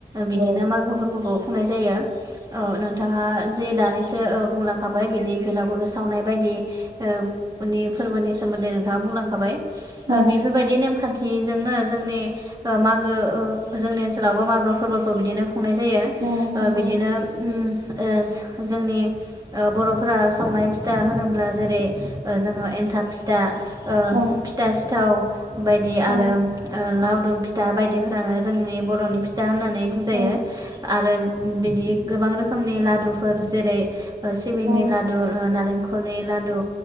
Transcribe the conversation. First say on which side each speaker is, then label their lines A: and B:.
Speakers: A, on the right; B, on the right.
A: बिदिनो
B: औ
A: मागो फोरबोखौ खुंफुंनाय जायो। औ नोंथाङा जे दानिसो बुंलांखाबाय बिदि भेलागुरु सावनाय बायदि ओ <unintelligible> फोर्बोनि सोमोन्दै नोंथाङा बुंलांखाबाय। ओ
B: औ
A: बेफोरबायदि नेमखान्थि नेम खान्थिजोंनो जोंनि मागो ओ जोंनि ओनसोलावबो मागो फोरबोखौ बिदिनो खुंनाय जायो
B: औ
A: ओ
B: नंगौ
A: बिदिनो ओम ओ जोंनि बर'फोरा सावनाय फिथा होनोब्ला जेरै जोङो एनथाब फिथा ओ
B: औ
A: फिथा सिथाव बायदि आरो
B: औ
A: ओ लावदुम लावदुम फिथा बायदिफ्रानो जोंनि बर'नि फिथा होननानै बुंजायो
B: औ
A: आरो बिदि गोबां रोखोमनि लादुफोर जेरै सिबिंनि
B: औ
A: लादु ओ नारेंखलनि लादु